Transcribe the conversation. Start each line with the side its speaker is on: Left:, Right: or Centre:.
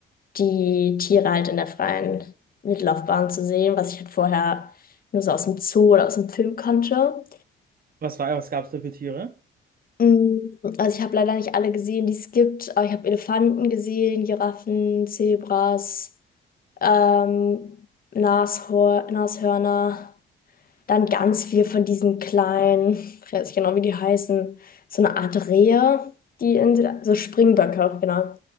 Left: die Tiere halt in der freien Wildlaufbahn zu sehen, was ich halt vorher nur so aus dem Zoo oder aus dem Film kannte.
Right: Was war, was gab es da für Tiere?
Left: Mm, Also ich habe leider nicht alle gesehen, die es gibt, aber ich habe Elefanten gesehen, Giraffen, Zebras. ähm, Nashor Nashörner, dann ganz viel von diesen kleinen, ich weiß nicht genau, wie die heißen, so eine Art Rehe, die in, Süda- so Springböcke, genau.